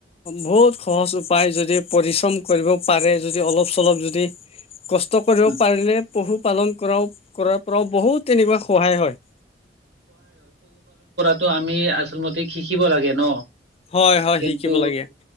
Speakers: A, on the left; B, on the right.
A: বহুত সহজ উপায় যদি পৰিশ্ৰম কৰিব পাৰে, যদি অলপ-চলপ যদি কষ্ট কৰিব
B: উম,
A: পাৰিলে পশুপালন কৰাও কৰাৰ পৰাও বহুত তেনেকুৱা সহায় হয়।
B: তো' আমি আচল মতে শিকিব লাগে ন।
A: হয় হয়
B: কিন্তু,
A: শিকিব লাগে